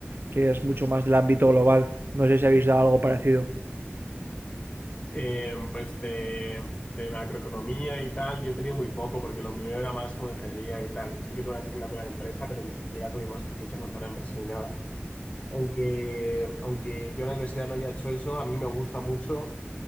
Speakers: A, on the right; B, on the left.
A: que es mucho más del ámbito global. No sé si habéis dado algo parecido.
B: Eh, pues de, de macroeconomía y tal, yo he tenido muy poco porque lo mío era más como ingeniería y tal. Sí que tuve una asignatura de empresa, pero ni siquiera tuvimos ni que montar una empresa ni nada. Aunque, aunque yo en la universidad no haya hecho eso, a mí me gusta mucho